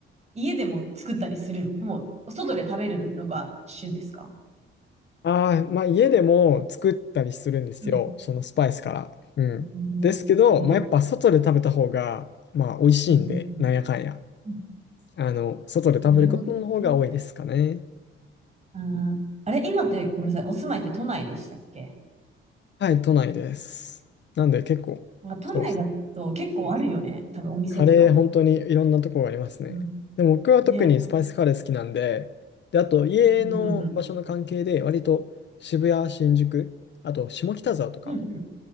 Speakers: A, on the right; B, on the left.
A: 家でも作ったりするのもう、外で食べるのが主ですか
B: ああ、まあ家でも作ったりするんですよ、
A: うん
B: そのスパイスから。うん。
A: ね、
B: ですけど、
A: すご
B: まあやっぱ外で食べた方が、まあ美味しいんで、
A: い。うんうんうん
B: なんやかんや。
A: うん
B: あの、外で食べることの方が多いですかね。
A: なるほどね。あー、あれ、今って、ごめんなさい、お住まいって都内でしたっけ
B: はい、都内です。なんで結構、
A: なんか都内だと結構あるよね。
B: そうですね。
A: 多分お店とかも。
B: カレー本当にいろんなとこがありますね。
A: うん。
B: でも僕は特にスパイスカレー好きなんで、
A: ね。
B: で、あと家の場所の関係で割と渋谷、
A: うんうんうんうん。
B: 新宿、あと下北沢とか、
A: うんうん。